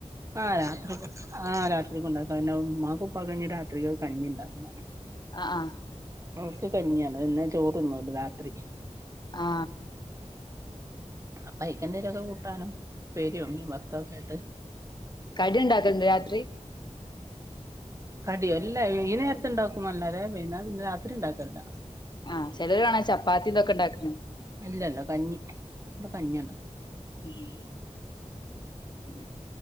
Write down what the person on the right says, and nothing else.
ആ രാത്രിക്കും ആ രാത്രിക്കുണ്ടാക്ക ആ മ്മാക്കും ഉപ്പാക്കും ഞ്ഞി രാത്രിക്കക്ക് കഞ്ഞി ണ്ടാക്കണം
ഓൽക്ക് കഞ്ഞിയാണ് പിന്നെ ചോറ് തിന്നുല്ല രാത്രി
അപ്പയ്ക്കെന്തെലൊക്കെ കൂട്ടാനും പ്പേരിയും മീൻ വർത്തൊക്കായിട്ട്
കടിയോ ഇല്ല ഈ നേരത്ത് ണ്ടാക്കുംന്നല്ലാതെ വൈന്നാരം രാത്രി ണ്ടാക്കലില്ല
ഇല്ലല്ല കഞ്ഞി ഇപ്പം കഞ്ഞി ആണ്